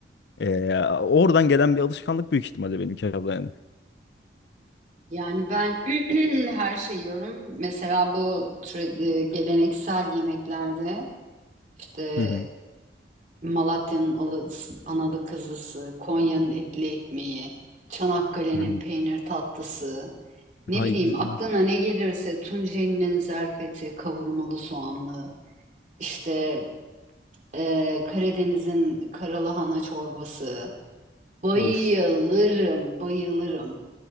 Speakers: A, on the left; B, on the right.
A: Ee, oradan gelen bir alışkanlık büyük ihtimalle benimki abla yani.
B: Yani ben <clears throat> her şeyi yiyorum. Mesela bu tra- e, geleneksel yemeklerde işte
A: Hı hı.
B: Malatya'nın alısı, analı kızısı, Konya'nın etli ekmeği, Çanakkale'nin
A: Hı hı.
B: peynir tatlısı, ne
A: Ay
B: bileyim aklına ne gelirse Tunceli'nin zerfeti, kavurmalı soğanlı, işte e, Karadeniz'in karalahana çorbası. Bayılırım,
A: of.
B: bayılırım.